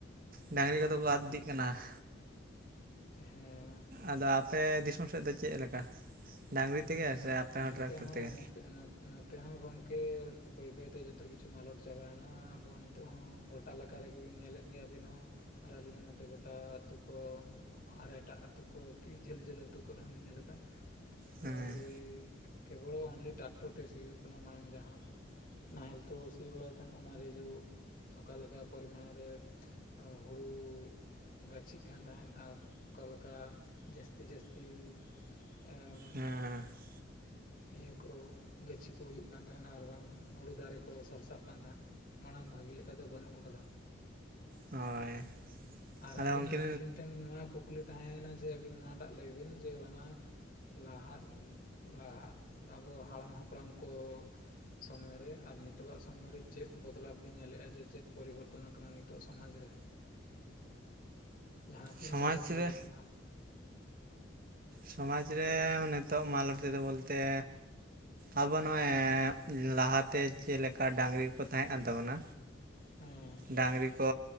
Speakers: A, on the right; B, on the left.
A: ᱰᱟᱹᱝᱨᱤ ᱠᱚᱫᱚ ᱠᱚ ᱟᱫ ᱤᱫᱤᱜ ᱠᱟᱱᱟ ᱾
B: ᱦᱮᱸ
A: ᱟᱫᱚ ᱟᱯᱮ ᱫᱤᱥᱚᱢ ᱥᱮᱫ ᱫᱚ ᱪᱮᱫ ᱞᱮᱠᱟ ᱰᱟᱝᱨᱤ? ᱛᱮᱜᱮ
B: ᱱᱚᱛ-ᱱᱚᱛᱮ
A: ᱥᱮ ᱟᱯᱮ ᱴᱨᱟᱠᱴᱚᱨ
B: ᱦᱚᱸ
A: ᱛᱮᱜᱮ
B: ᱱᱚᱛᱮ ᱱᱚᱛ ᱱᱚᱛᱮ ᱦᱚᱸ ᱜᱚᱢᱠᱮ ᱵᱟᱹᱭ ᱵᱟᱹᱭᱛᱮ ᱡᱚᱛᱚ ᱠᱤᱪᱷᱩ ᱢᱟᱞᱚᱴ ᱪᱟᱵᱟᱭᱮᱱᱟ ᱟᱵᱚ ᱱᱤᱛᱚᱜ ᱦᱚᱸ ᱜᱚᱴᱼᱼ ᱜᱴᱟ ᱞᱮᱠᱟ ᱨᱮᱜᱮᱵᱤᱱ ᱧᱮᱞᱮᱫ ᱜᱮᱭᱟ ᱟᱹᱵᱤᱱ ᱦᱚᱸ ᱟᱨ ᱟᱞᱤᱧ ᱦᱚᱸ ᱱᱚᱛᱮ ᱜᱚᱴᱟ ᱟᱹᱛᱩ ᱠᱚ ᱟᱨ ᱮᱴᱟᱜ ᱟᱹᱛᱩᱳ ᱠᱚ ᱠᱤ ᱡᱷᱟᱹᱞ ᱡᱷᱟᱹᱞ ᱟᱹᱛᱩ ᱠᱚᱨᱮ ᱦᱚᱸ ᱞᱤ ᱧᱮᱞ ᱮᱫᱟ ᱾
A: ᱦᱮᱸ
B: <unintelligible> ᱠᱮᱵᱚᱲᱚ ᱚᱱᱞᱤ ᱴᱨᱟᱠᱴᱚᱨ ᱛᱮ ᱥᱤᱭ ᱦᱩᱭᱩᱜ ᱠᱟᱱᱟ ᱢᱟᱲᱟᱝ ᱡᱟᱦᱟᱸ ᱟᱵᱚ ᱾ ᱱᱟᱦᱮᱞ ᱛᱮ ᱥᱤ ᱵᱟᱲᱟᱭᱮᱫ ᱛᱟᱦᱮᱱ ᱚᱱᱟ ᱨᱮ ᱡᱚ ᱚᱠᱟᱞᱮᱠᱟ ᱯᱚᱨᱤᱢᱟᱬᱟ ᱨᱮ ᱦᱩᱲᱩ ᱜᱟᱪᱷᱤᱜ ᱠᱟᱱ ᱛᱟᱦᱮᱱ ᱟᱨ ᱚᱝᱠᱟᱞᱠᱟ ᱡᱟᱹᱥᱛᱤ ᱡᱟᱹᱥᱛᱤ ᱮᱸᱻ
A: ᱦᱮᱸ
B: ᱤᱭᱟᱹᱠᱚ, ᱜᱟᱹᱪᱷᱤ ᱠᱚ ᱦᱩᱭᱩᱜ ᱠᱟᱱ ᱛᱟᱦᱮᱱ ᱟᱨ ᱵᱟᱝ ᱦᱩᱲᱩ ᱫᱟᱨᱮ ᱠᱚ ᱥᱟᱨᱥᱟᱜ ᱠᱟᱱ ᱛᱟᱦᱮᱱ ᱢᱟᱲᱟᱝ ᱵᱷᱟᱹᱜᱤ ᱞᱮᱠᱟ ᱫᱚ ᱵᱟᱹᱱᱩᱜ ᱟᱠᱟᱫᱟ
A: ᱦᱳᱭ
B: ᱟᱨ
A: ᱟᱫᱚ
B: ᱟᱹᱵᱤᱱ
A: ᱜᱚᱢᱠᱮ
B: ᱟᱹᱞᱤᱧ ᱴᱷᱮᱱ ᱼ ᱱᱚᱣᱟ ᱠᱩᱠᱞᱤ ᱛᱟᱦᱮᱸᱭᱮᱱᱟ ᱡᱮ ᱟᱹᱵᱤᱱ ᱱᱚᱣᱟᱴᱟᱜ ᱞᱟᱹᱭ ᱵᱤᱱ ᱡᱮ ᱵᱟᱝᱟ ᱞᱟᱦᱟᱜ ᱞᱟᱦᱟᱜ ᱟᱵᱚ ᱦᱟᱲᱟᱢ ᱦᱟᱯᱲᱟᱢ ᱠᱚ ᱼᱼ ᱥᱚᱢᱚᱭ ᱨᱮ ᱟᱨ ᱱᱤᱛᱚᱜᱟᱜ ᱥᱚᱢᱚᱭ ᱨᱮ ᱪᱮᱫ ᱵᱚᱫᱞᱟᱵ ᱵᱤᱱ ᱧᱮᱞᱮᱫᱼᱟ ᱡᱮ ᱪᱮᱫ ᱯᱚᱨᱤᱵᱚᱨᱛᱚᱱ ᱟᱠᱟᱱᱟ ᱱᱤᱛᱚᱜ ᱥᱚᱢᱟᱡᱽ ᱨᱮ? ᱡᱟᱦᱟᱸ ᱠᱤ
A: ᱥᱚᱢᱟᱡᱽ
B: ᱢᱟᱞᱚᱴ ᱦᱩᱭᱠᱟᱱᱟ?
A: ᱨᱮ ᱥᱚᱢᱟᱡᱽ ᱨᱮ ᱱᱤᱛᱚᱜ ᱢᱟᱞᱚᱴ ᱛᱮᱫᱚ ᱵᱚᱞᱛᱮ ᱟᱵᱚ ᱱᱚᱜᱼᱚᱭ ᱞᱟᱦᱟᱛᱮ ᱪᱮᱫ ᱞᱮᱠᱟ ᱰᱟᱝᱨᱤ ᱠᱚᱠᱚ ᱛᱟᱦᱮᱸ ᱠᱟᱱ ᱛᱟᱵᱚᱱᱟ᱾
B: ᱦᱮᱸ
A: ᱰᱟᱝᱨᱤ ᱠᱚ